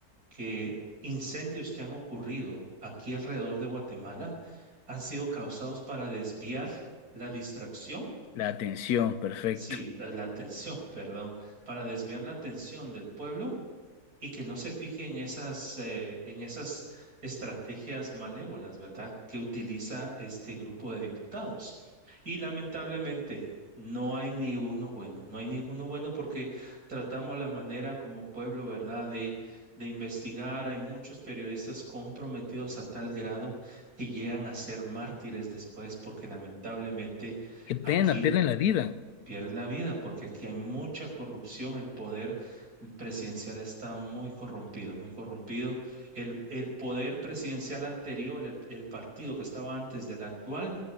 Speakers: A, on the right; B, on the left.
A: que incendios que han ocurrido aquí alrededor de Guatemala han sido causados para desviar la distracción,
B: La atención, perfecto.
A: sí, la la atención, <laughs> perdón, para desviar la atención del pueblo y que no se fije en esas, eh, en esas estrategias malévolas, ¿verdad?, que utiliza este grupo de diputados. Y lamentablemente no hay ni uno bueno, no hay ninguno bueno porque tratamos la manera como pueblo, ¿verdad?, de, de investigar. Hay muchos periodistas comprometidos a tal grado que llegan a ser mártires después porque lamentablemente
B: Qué pena,
A: aquí
B: pierden la vida.
A: pierden la vida, porque aquí hay mucha corrupción, el poder presidencial está muy corrompido, muy corrompido. El, el poder presidencial anterior, el, el partido que estaba antes del actual,